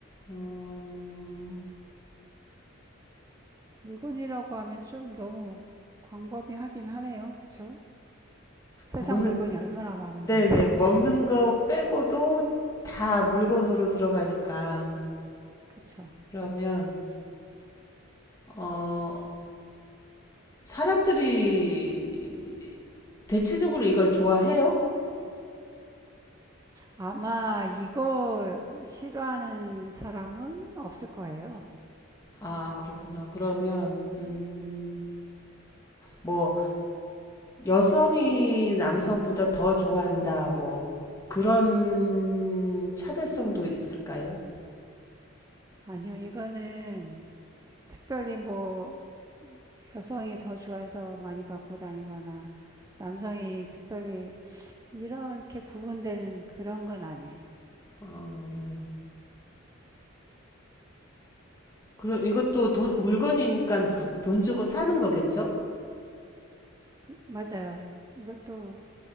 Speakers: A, on the left; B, on the right.
A: 어,
B: 물건이라고 하면 좀 너무 광범위하긴 하네요, 그쵸? 세상
A: 먹는,
B: 물건이 얼마나 많은데.
A: 네네. 먹는 거 빼고도 다 물건으로 들어가니까.
B: 그쵸.
A: 그러면, 어, 사람들이 대체적으로 이걸 좋아해요?
B: 아마 이거 싫어하는 사람은 없을 거예요.
A: 아, 그렇구나. 그러면, 음, 뭐, 여성이 남성보다 더 좋아한다, 뭐, 그런 차별성도 있을까요?
B: 아니요, 이거는 특별히 뭐 여성이 더 좋아해서 많이 갖고 다니거나 남성이 특별히 이렇게 구분되는 그런 건 아니에요.
A: 어, 그럼 이것도 돈, 물건이니까 <laughs> 돈 주고 사는 거겠죠?
B: 그- 맞아요. 이것도